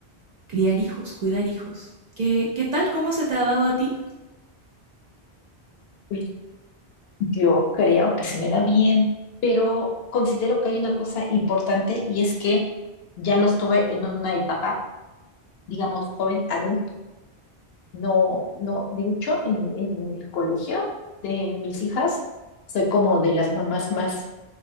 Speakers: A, on the right; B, on the left.
A: criar hijos, cuidar hijos. ¿Qué, qué tal? ¿Cómo se te ha dado a ti?
B: Pues yo creo que se me da bien, pero considero que hay una cosa importante y es que ya lo estuve en una etapa, digamos, joven adulto. No, no, de hecho, en, en el colegio de mis hijas, soy como de las mamás más